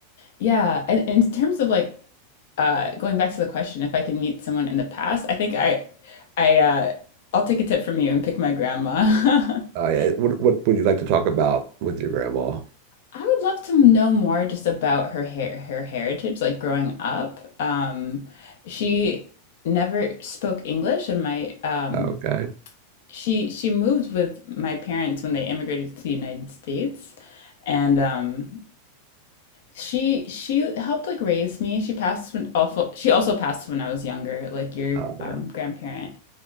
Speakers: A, on the left; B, on the right.
A: Yeah. And, and in terms of like uh, going back to the question, if I could meet someone in the past, I think I, I, uh, I'll take a tip from you and pick my grandma.
B: uh,
A: <laughs>
B: yeah, what what would you like to talk about with your grandma?
A: I would love to know more just about her hair, her heritage, like growing up. Um, she never spoke English, and my um,
B: Okay,
A: she she moved with my parents when they immigrated to the United States, and um, she she helped like raise me. She passed when awful. She also passed when I was younger, like your
B: uh,
A: um,
B: yeah,
A: grandparent